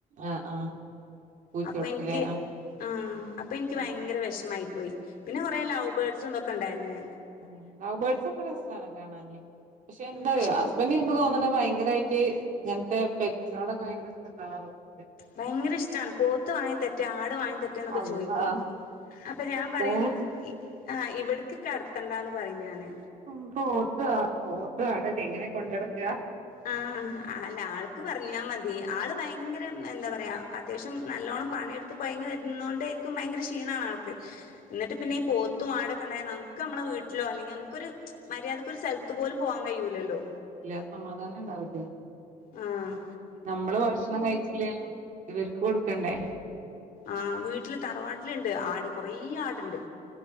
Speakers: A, on the right (about 55°); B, on the left (about 70°).
A: ആഹ്, ആഹ്. പൂച്ചകൾക്കില്ലേ
B: അപ്പൻക്ക് ആഹ് അപ്പൻക്ക്
A: ആഹ്
B: ഭയങ്കര വെഷ്മായി പോയി. പിന്നെ കൊറെ ലൗവ് ബേഡ്സും ഇതൊക്കെണ്ടായ്ര്ന്നേ.
A: അഹ് ലൗവ് ബേഡ്സൊക്കെ രസാണ് കാണാന് പക്ഷെ എന്താറ്‌യൊ
B: ഉം
A: ഹസ്ബന്റ്
B: കൂ
A: ഇൻക്ക് തോന്ന്ണെ
B: ഉം
A: ഭയങ്കരെ ട്ട് ഇങ്ങൻത്തെ പെറ്റ്സിനോടൊക്കെ ഭയങ്കര ഇഷ്ടള്ളാളാ തോന്നണ്.
B: ഭയങ്കര ഇഷ്ടാണ് പോത്ത് വാങ്ങി തെര്റ്റെ ആട് വാങ്ങി തെര് റ്റെന്നൊക്കെ
A: അള്ളാ
B: ചോയ്ക്കും അപ്പൊ ഞാ പറയും
A: പോത്ത്
B: ഇ ആഹ് ഇവിട്ക്ക് കട്ത്തണ്ടാന്ന് പറയും ഞാന്.
A: ഉം പോത്താ പോത്തും ആടൊക്കെ എങ്ങനെ കൊണ്ടട്ക്ക.
B: ആ, ആ അല്ല ആൾക്ക് പർഞ്ഞാ മതി ആള് ഭയങ്കര എന്താ പറയാ അത്യാവശ്യം നല്ലോണം പണിയെട് ത്ത് കൊയങ്ങി വെര്ന്നോണ്ടേര്ക്കും ഭയങ്കര ക്ഷീണാണാൾക്ക്.
A: <inaudible>
B: എന്നിട്ട് പിന്നീ പോ ത്തും ആടക്കെണ്ടായ നമുക്ക്മ്മളെ വീട്ടിലോ അല്ലെങ്കി നമ്ക്കൊരു മര്യാദക്ക് ഒരു സെൽത്ത് പോലും പോവാം കയ്യൂലല്ലോ.
A: ഇല്ല്യ സമാധാനണ്ടാവില്യ.
B: ആഹ്.
A: നമ്മള് ഭക്ഷണം കഴിച്ചില്ലേലും ഇവര്ക്ക് കൊടുക്കണ്ടേ.
B: ആഹ് വീട്ടില് തറവാട്ട്ലിണ്ട് ആട് കൊറേ ആട്ണ്ട്.